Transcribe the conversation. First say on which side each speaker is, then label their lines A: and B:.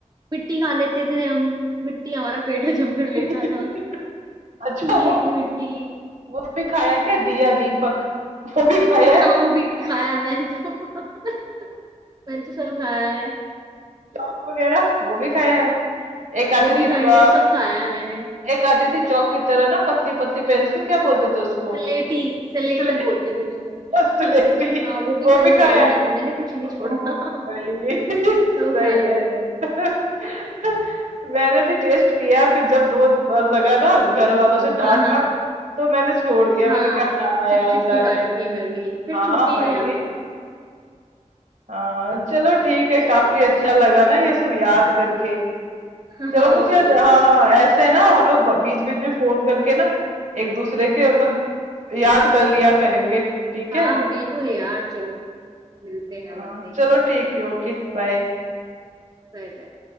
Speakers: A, on the right; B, on the right.
A: मिट्टी खा लेते थे हम मिट्टी हमारा पेट हजम कर लेता
B: <laughs>
A: था
B: अच्छा
A: चूल्हे
B: वो
A: की मिट्टी
B: वो भी खाया है क्या दिया दीपक वो भी खाया
A: हाँ
B: है
A: वो भी खाया है मैंने तो <laughs> मैंने तो सब खाया है
B: दीपक वगैरह वो भी खाया है एक
A: वो
B: आती
A: भी
B: थी
A: खाई
B: अ,
A: है सब खाया है मैंने
B: एक आती थी चौक की तरह ना पतली पतली पेंसिल क्या बोलते थे उसको
A: सलेटी सलेटी
B: स्लेटी
A: बोलते थे उसको
B: <laughs> स्लेटी
A: हाँ वो भी
B: वो
A: खाई
B: भी
A: है
B: खाया
A: भाई मैंने
B: है
A: मैंने कुछ नहीं छोड़ा
B: ओ
A: <laughs>
B: भाई <laughs>
A: सब
B: सही
A: खाया हुआ
B: है
A: है मैंने
B: <laughs> मैंने भी टेस्ट किया फिर जब दो बार लगा ना घर वालों से
A: हाँ
B: डांट
A: हाँ
B: वाट तो मैंने छोड़ दिया
A: हाँ
B: मैंने कहा हाँ
A: चिप
B: यार
A: चिप
B: जाने
A: के खाती थी
B: दो
A: मैं भी फिर
B: हाँ
A: छूट ही गया
B: भाई हाँ चलो ठीक है
A: बस
B: काफी
A: यार
B: अच्छा लगा ना ये सब याद करके
A: हाँ
B: चलो मुझे हाँ
A: बिल्कुल यार
B: हाँ, ऐसे है ना हम लोग बीच बीच में फोन करके ना एक दूसरे के मतलब याद कर लिया करेंगे ठीक
A: हाँ
B: है
A: बिल्कुल यार चलो मिलते हैं
B: हाँ,
A: बाद में
B: चलो ठीक है ओके बाय
A: Bye bye